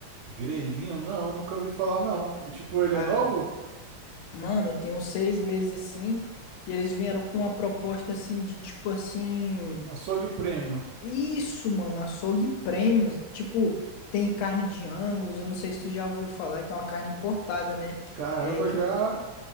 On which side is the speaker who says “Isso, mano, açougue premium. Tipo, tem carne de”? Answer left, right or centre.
Left